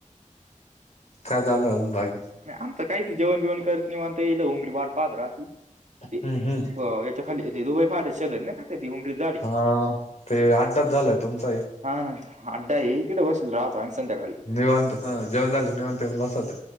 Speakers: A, on the left; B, on the right.
A: काय चाललं अजून बाकी?
B: नाही आमच काहीच जेवण बेवण करत नाही <unintelligible> म्हताल उमरी वाट पात राह ते
A: हम्म हम्म
B: खाली <unintelligible> उमर.
A: हा ते आताच झालंय तुमचा ही.
B: हा. न अडा. ईतिडे बशील राहतो इथं संध्याकाळी.
A: निवांत. हा. जेवण झाले. निवंत येऊन बसवते.